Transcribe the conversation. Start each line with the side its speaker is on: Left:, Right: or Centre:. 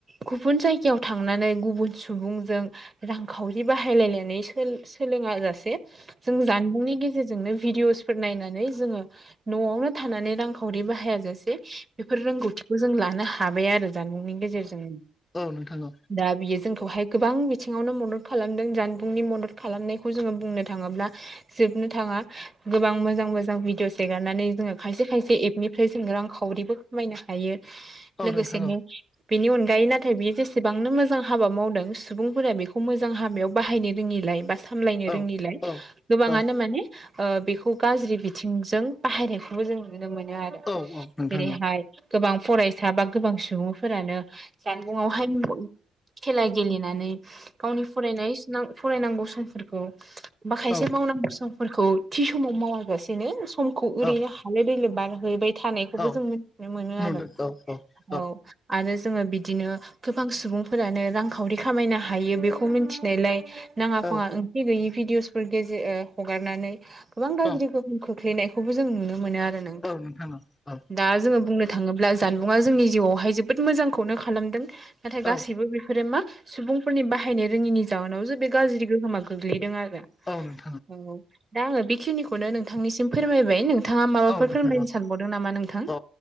Right: गुबुन जायगायाव थांनानै गुबुन सुबुंजों। रांखावरि बाहायलायनानै सो-सोलोङा जासे जों जानबुंनि गेजेरजोंनो भिडिअ'सफोर नायनानै जोंङो न'आवनो थानानै रांखावरि बाहाया जासे बेफोर रोंगौथिखौ जों लानो हाबाय आरो जानबुंनि गेजेरजों।
Left: औ नोंथां औ
Right: दा बियो जोंखौहाय गोबां बिथिङावनो मदद खालामदों जानबुंनि मदद खालामनायखौ जोंङो बुंनो थांङोब्ला जोबनो थांङा। गोबां मोजां मोजां भिडिअ'स एगारनानै जोंङो खायसे खायसे एपनिफ्राय जों रांखावरिबो खामायनो हायो
Left: औ
Right: लोगोसेनो
Left: नोंथां
Right: बेनि अनगायै नाथाय बियो जेसेबांनो मोजां हाबा मावदों सुबुंफोरा बेखौ मोजां हाबायाव बाहायनो रोंङिलाय बा सामलायनो
Left: औ
Right: रोंङिलाय।
Left: औ
Right: गोबांङानो
Left: औ
Right: माने ओ बेखौ गाज्रि बिथिंजों बाहायनायखौबो जों नुनो मोनो आरो। जेरैहाय
Left: औ औ नोंथां औ
Right: गोबां फरायसा बा गोबां सुबुंफोरानो जानबुंआव हाय खेला गेलेनानै गावनि फरायनाय फरायनांगौ समफोरखौ। माखायसे
Left: औ
Right: मावनांगौ समफोरखौ थि समाव मावाजासेनो समखौ
Left: औ
Right: ओरैनो हालो दैलो बारहैबाय थानायखौबो
Left: औ
Right: जों मिथिनो मोनो
Left: नुदों
Right: आरो।
Left: औ औ।
Right: औ आरो जोंङो बिदिनो- गोबां सुबुंफोरानो रांखावरि खामायनो हायो बेखौ मिथिनायलाय। नांङा-फांङा
Left: औ
Right: ओंथि गैयि भिडिअसफोर गेजेर ओ हगारनानै गोबां गाज्रि
Left: औ
Right: गोहोमखौ खोख्लैनायखौबो जों नुनो मोनो आरो ना।
Left: औ नोंथां औ।
Right: दा जोङो बुंनो थाङोब्ला जानबुंआ जोंनि जिउआवहाय जोबोद मोजांखौनो खालामदों। नाथाय
Left: औ
Right: गासैबो बेफोरो मा सुबुंफोरनि बाहायनाय रोंङिनि जाहोनाव बे गाज्रि गोहोमा गोग्लैदों आरो
Left: औ नोंथां
Right: औ दा आंङो बेखिनिखौनो नोंथांनिसिम फोरमायबाय नोंथां। नोंथाङा माबाफोर
Left: औ नोंथां
Right: फोरोंलायनो
Left: औ
Right: सानबावदों नामा नोंथां?
Left: अ